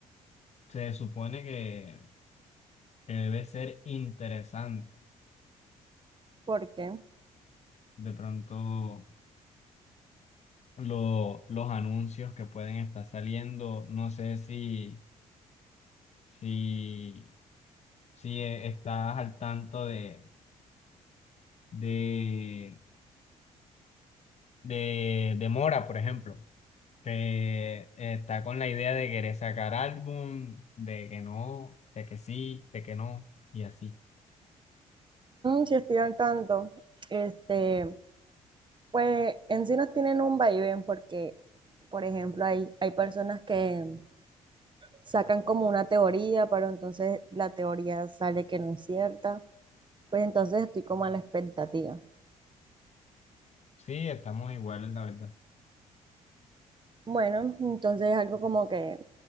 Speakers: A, on the left; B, on the right.
A: se supone que, que debe ser interesante
B: porque
A: de pronto lo- los anuncios que pueden estar saliendo. No sé si, si, si eh, estás al tanto de, de, de, de Mora, por ejemplo, que está con la idea de querer sacar álbum, de que no, de que sí, de que no, y así.
B: si estoy al tanto, este, pues en sí nos tienen un vaivén porque, por ejemplo, hay, hay personas que sacan como una teoría, pero entonces la teoría sale que no es cierta, pues entonces estoy como a la expectativa.
A: Sí, estamos iguales, la verdad.
B: Bueno, entonces algo como que